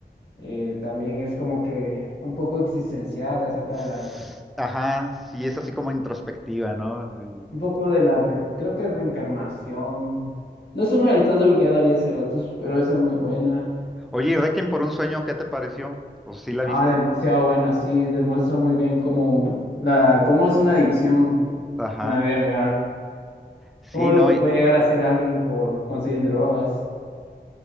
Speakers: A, on the left; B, in the centre.
A: Eh, también es como que un poco existencial acerca
B: S-
A: de las,
B: Ajá, sí, es así como introspectiva, ¿no? Sí.
A: un poco de la, re- creo que reencarnación. No estoy muy al tanto porque ya la vi hace ratos, pero esa es muy buena.
B: Oye, ¿y Requiem por un sueño, qué te pareció? ¿O sí la
A: Ah,
B: viste?
A: demasiado buena, sí, demuestra muy bien cómo, la, cómo es una adicción
B: Ajá.
A: en la vida real,
B: Sí,
A: cómo lo
B: no.
A: que
B: eh,
A: puede llegar a ser alguien por conseguir drogas.